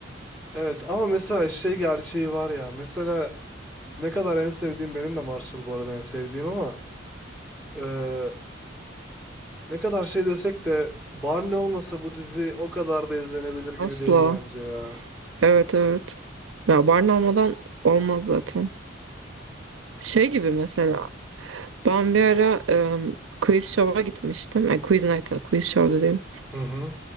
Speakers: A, in the centre; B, on the right.
A: evet ama mesela şey gerçeği var ya. Mesela ne kadar en sevdiğim benim de Marshall bu arada en sevdiğim ama eee, ne kadar şey desek de Barney olmasa bu dizi o kadar da izlenebilir gibi
B: Asla.
A: değil bence ya.
B: Evet evet. Ya Barney olmadan olmaz zaten. Şey gibi mesela ben bir ara em, quiz show'a gitmiştim. E, quiz night'a, quiz show dediğim.
A: Hı hı.